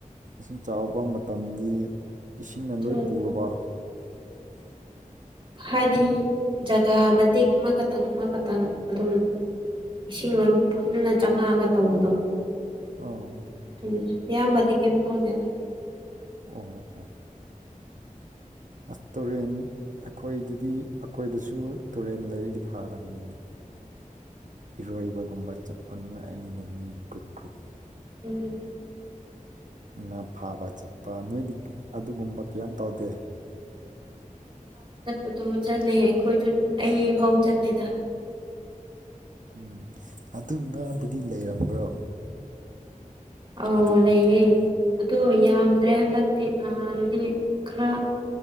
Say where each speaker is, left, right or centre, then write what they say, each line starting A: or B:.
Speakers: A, on the right (about 65°); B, on the right (about 40°).
A: ꯏꯁꯤꯡ ꯆꯥꯎꯕ ꯃꯇꯝꯗꯤ ꯏꯁꯤꯡꯅ
B: ꯎꯝ
A: ꯂꯣꯏ ꯄꯨꯔꯕ
B: ꯍꯥꯏꯕꯗꯤ ꯖꯒꯥ ꯃꯇꯦꯛ ꯑꯃ ꯈꯇꯪ ꯑꯃ ꯈꯇꯪ ꯑꯗꯨꯝ ꯏꯁꯤꯡ ꯂꯣꯏ ꯐꯨꯟꯅ ꯆꯪꯉꯛꯑꯒ ꯇꯧꯕꯗꯣ
A: ꯑꯧ
B: ꯎꯝ ꯑꯌꯥꯝꯕꯗꯤ ꯀꯦꯝ ꯇꯧꯗ‌ꯦꯗ
A: ꯑꯣ ꯑꯣ ꯑꯁ ꯇꯨꯔꯦꯟ ꯑꯩꯈꯣꯏꯗꯗꯤ ꯑꯩꯈꯣꯏꯗꯁꯨ ꯇꯨꯔꯦꯟ ꯂꯩꯔꯗꯤ ꯐꯒꯅꯤꯅꯤ ꯏꯔꯣꯏꯕꯒꯨꯝꯕ ꯆꯠꯄ ꯅꯨꯉꯥꯏ ꯑꯅꯤꯅ‌ꯦ ꯃꯤ ꯒ꯭ꯔꯨꯞ ꯒ꯭ꯔꯨꯞ
B: ꯎꯝ
A: ꯉꯥ ꯐꯥꯕ ꯆꯠꯄ ꯅꯣꯏꯗꯤ ꯀ ꯑꯗꯨꯒꯨꯝꯕ ꯀꯌꯥꯝ ꯇꯧꯗꯦ
B: ꯑꯗꯨꯗꯣ ꯆꯠꯂꯦ ꯑꯩꯈꯣꯏꯁꯨ ꯑꯩ ꯐꯥꯎ ꯆꯠꯂꯤꯗ
A: ꯎꯝ ꯑꯗꯨ ꯉꯥꯕꯨꯗꯤ ꯂꯩꯔꯝꯕ꯭ꯔꯣ
B: ꯑꯧ
A: ꯑꯗꯨ
B: ꯂꯩꯌꯦ
A: ꯇꯨꯔꯦꯟ
B: ꯑ ꯌꯥꯝꯗ꯭ꯔꯦ ꯍꯟꯗꯛꯇꯤꯗꯤ ꯅꯍꯥꯟꯗꯤ ꯈꯔ